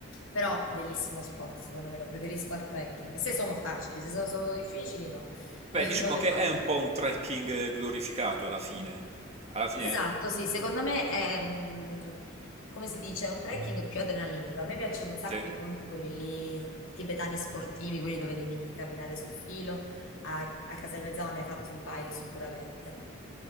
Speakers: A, on the left (about 80°); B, on the right (about 30°).
A: Però bellissimo sport, secondo me lo preferisco al trekking. Se sono facili, se sono, sono difficili, no,
B: Beh,
A: <laughs>
B: diciamo
A: non le
B: che
A: faccio.
B: è un po' un trekking glorificato alla fine. Alla fine,
A: Esatto, sì, secondo me è, mm, come si dice, è un trekking più adrenalinico. A me piacciono un sacco
B: sì.
A: i ponti, quelli lì, tibetani sportivi, quelli dove devi camminare sul filo. A, a Casal ne hai fatti un paio sicuramente.